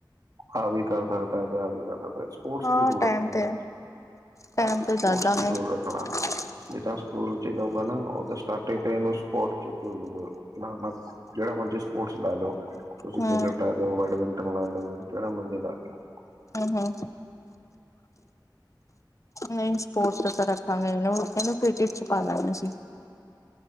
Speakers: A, on the right; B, on the left.
A: ਆਹ ਵੀ ਕਰ ਸਕਦਾ ਤੇ ਆਹ ਵੀ ਕਰ ਸਕਦਾ ਹਾਂ ਸਪੋਰਟਸ
B: ਹਾਂ
A: ਦੀ ਜ਼ਰੂਰਤ
B: ਟਾਈਮ
A: ਹੈ
B: ਤੇ
A: ਨਾ,
B: ਟਾਈਮ
A: ਹਾਂ ਸਪੋਰਟਸ
B: ਤੇ ਦੱਸ
A: ਦੀ ਜ਼ਰੂਰਤ
B: <inaudible>
A: ਜਿੱਦਾਂ ਸਕੂਲ 'ਚ ਜਾਊਗਾ ਨਾ, ਉਦੋਂ ਸਟਾਰਟਿੰਗ ਤੇ ਇਹਨੂੰ ਸਪੋਰਟ 'ਚ ਜ਼ਰੂਰ ਡਾਲਨਾ ਜੇੜਾ ਮਰਜ਼ੀ ਸਪੋਰਟਸ ਲਾ ਲਓ, ਤੁਸੀਂ
B: ਹੂੰ
A: ਕ੍ਰਿਕੇਟ ਲਾ ਲਓ, ਬੈਡਮਿੰਟਨ ਲਾ ਲਓ, ਜੇੜਾ ਮਰਜ਼ੀ ਲਾ ਲਓ
B: ਹਾਂ -ਹਾਂ ਨਹੀਂ ਸਪੋਰਟਸ 'ਚ ਸਰ ਰੱਖਾਂਗੇ ਇਹਨੂੰ, ਇਹਨੂੰ ਕ੍ਰਿਕੇਟ 'ਚ ਪਾ ਦਾਂਗੇ ਅਸੀਂ